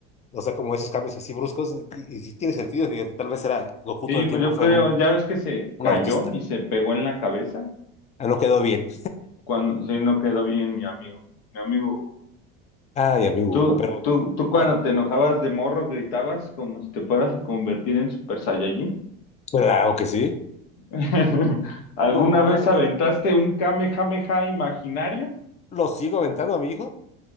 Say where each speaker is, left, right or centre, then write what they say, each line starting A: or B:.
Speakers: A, on the left; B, on the left.
A: O sea, como esos cambios así bruscos, y, y sí tiene sentido, fíjate, tal vez era, Goku
B: Sí,
A: todo el
B: pues
A: tiempo
B: yo
A: fue
B: creo,
A: un,
B: ya ves que se
A: un
B: cayó
A: autista,
B: y se pegó en la cabeza.
A: Ah, no quedó bien.
B: Cuando, sí, no quedó bien mi amigo. Mi amigo,
A: Ay, amigo
B: ¿tú,
A: Goku, pero
B: tú, tú cuando
A: bueno.
B: te enojabas de morro gritabas como si te fueras a convertir en Super Saiyajin?
A: Claro que sí.
B: <laughs> ¿Alguna
A: No mames.
B: vez aventaste un Kamehameha imaginario?
A: Lo sigo aventando a mi hijo.